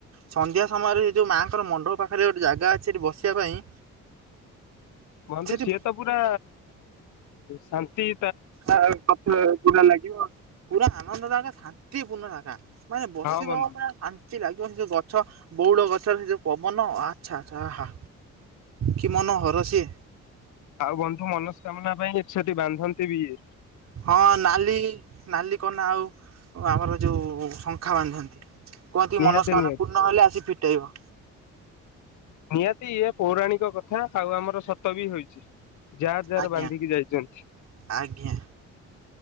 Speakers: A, on the right (about 60°); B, on the left (about 75°).
A: ସନ୍ଧ୍ୟା ସମୟରେ ଏଇ ଯୋଉ ମାଙ୍କର ମଣ୍ଡପ ପାଖରେ ଗୋଟେ ଜାଗା ଅଛି ସେଠି ବସିବା ପାଇଁ।
B: ବନ୍ଧୁ
A: ସେଠି
B: ସିଏ ତ ପୁରା ଶାନ୍ତି।
A: ଆ ପଛଲେ ପୁରା ଲାଗିବ। ପୁରା ଆନନ୍ଦ ଜାଗା ଶାନ୍ତିପୂର୍ଣ୍ଣ ଜା ଗା ମାନେ ବସିବ
B: ହଁ ବନ୍ଧୁ
A: ପୁରା ସା ନ୍ତି ଲାଗିବ ସେ ଯୋଉ ଗଛ ବଉଳ ଗଛରେ ସେ ଯୋଉ ପବନ ଆଚ୍ଛା ଆଚ୍ଛା ଆହା। କି ମନ ହରସୀଏ।
B: ଆଉ ବନ୍ଧୁ ମନସ୍କାମନା ପାଇଁ ଏଠି ସେଠି ବାନ୍ଧନ୍ତି ବି ଇଏ।
A: ହଁ ନାଲି ନାଲି କନା ଆଉ ଆମର ଯୋଉ ଶଙ୍ଖା ବାନ୍ଧନ୍ତି। କୁହନ୍ତିି
B: ନିହାତି
A: ମନସ୍କନା
B: ନିହାତି
A: ପୂର୍ଣ୍ଣ ହେଲେ ଆସି ଫିଟେଇବ।
B: ନିହାତି ଇଏ ପୌରାଣିକ କଥା ଆଉ ଆମର ସତ ବି ହୋଇଛି। ଯାହାର ଯାହାର
A: ଆଜ୍ଞା
B: ବାନ୍ଧିକି ଯାଇଛନ୍ତି।
A: ଆଜ୍ଞା।